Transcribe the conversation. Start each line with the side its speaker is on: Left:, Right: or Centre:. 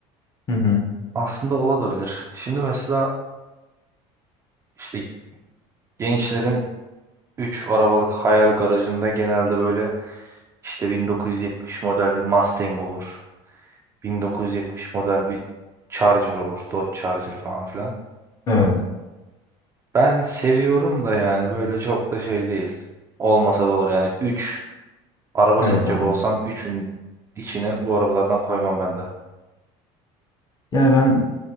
Left: Hı hı.
Right: Aslında olabilir. Şimdi mesela işte gençlerin 3 arabalık hayal garajında genelde böyle işte 1970 model bir Mustang olur. 1970 model bir Charger olur. Dodge Charger falan filan.
Left: Evet,
Right: Ben seviyorum da yani böyle çok da şey değil. Olmasa da olur yani 3 araba
Left: evet
Right: seçecek
Left: abi.
Right: olsam üçün içine bu arabalardan koymam ben de.
Left: Yani ben